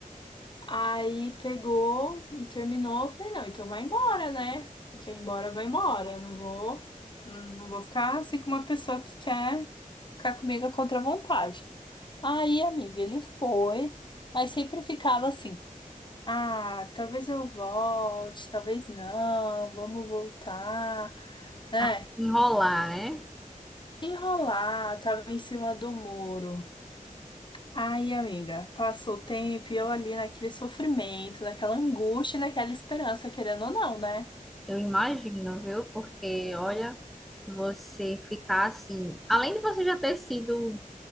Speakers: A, on the left; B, in the centre.
A: Aí pegou e terminou. Eu falei, não, então vai embora, né? O que é embora, vai embora. Eu não vou, não vou ficar assim com uma pessoa que quer ficar comigo contra a vontade. Aí, amiga, ele foi, mas sempre ficava assim. Ah, talvez eu volte, talvez não, vamos voltar, né?
B: A Enrolar, né?
A: Enrolar, tava em cima do muro. Ai, amiga, passou o tempo e eu ali naquele sofrimento, naquela angústia, e naquela esperança, querendo ou não, né?
B: Eu imagino, viu? Porque, olha, você ficar assim. Além de você já ter sido.